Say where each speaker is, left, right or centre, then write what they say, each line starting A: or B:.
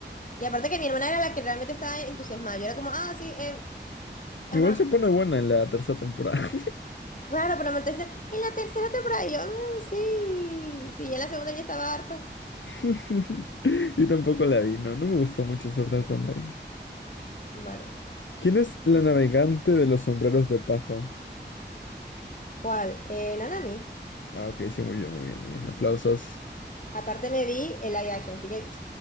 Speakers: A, on the left; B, on the left.
A: Y aparte que mi hermana era la que realmente estaba entusiasmada. Yo era como, ah, sí, eh, ajá.
B: Igual se pone buena en la tercera temporada.
A: Claro, pero me decía, en la tercera temporada, y yo, "Mm, sí, sí, ya en la segunda ya estaba harta.
B: <laughs> Yo tampoco la vi, no, no me gustó mucho Sword Art Online.
A: Bueno,
B: ¿Quién es la navegante de los sombreros de paja?
A: ¿cuál? Eh, Nanami.
B: Ah, ok, sí, muy bien, muy bien, muy bien. Aplausos.
A: Aparte me vi el live action, así que